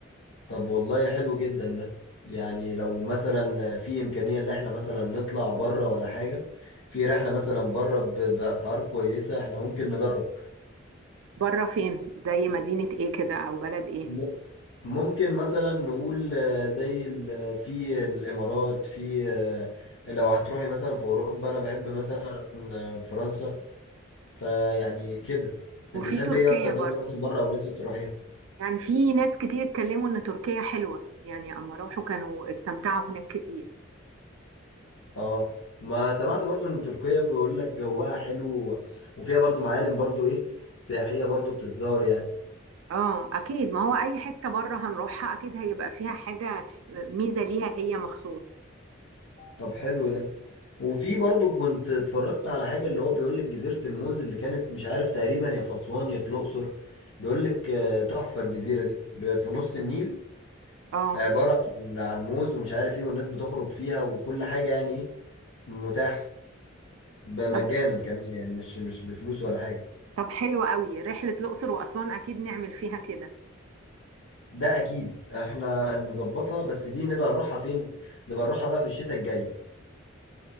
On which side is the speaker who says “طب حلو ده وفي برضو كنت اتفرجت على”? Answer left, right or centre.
Left